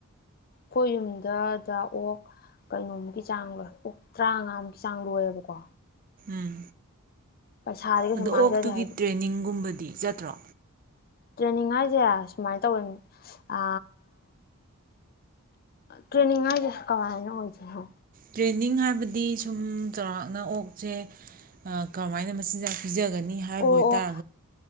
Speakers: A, on the left; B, on the right.
A: ꯀꯣꯏ ꯗ ꯑꯣꯛ ꯀꯩꯅꯣꯃꯨꯛꯀꯤ ꯆꯥꯡ ꯂꯣꯏ ꯑꯣꯛ ꯇꯔꯥꯃꯉꯥꯃꯨꯛꯀꯤ ꯆꯥꯡ ꯂꯣꯏꯌꯦꯕꯀꯣ
B: ꯎꯝ
A: ꯄꯩꯁꯥꯗꯤ ꯀꯩꯁꯨ
B: ꯑꯗꯣ ꯑꯣꯛꯇꯨꯒꯤ
A: ꯃꯥꯡꯖꯗꯦ ꯍꯥꯏꯗꯤ
B: ꯇ꯭ꯔꯦꯅꯤꯡꯒꯨꯝꯕꯗ ꯗꯤ ꯆꯠꯇ꯭ꯔꯣ
A: ꯇ꯭ꯔꯦꯅꯤꯡ ꯍꯥꯏꯖꯦ ꯁꯨꯃꯥꯏꯅ ꯇꯧꯋꯅꯤ ꯑ ꯇ꯭ꯔꯦꯅꯤꯡ ꯍꯥꯏꯁꯦ ꯀꯃꯥꯏꯅ ꯑꯣꯏꯁꯤꯅꯣ
B: ꯇ꯭ꯔꯦꯟꯅꯤꯡ ꯍꯥꯏꯕꯗꯤ ꯁꯨꯝ ꯆꯥꯎꯔꯥꯛꯅ ꯑꯣꯛꯁꯦ ꯀꯔꯝꯃꯥꯏꯅ ꯃꯆꯤꯟꯖꯥꯛ ꯄꯤꯖꯒꯦ ꯀꯅ
A: ꯑꯣ ꯑꯣ
B: ꯇ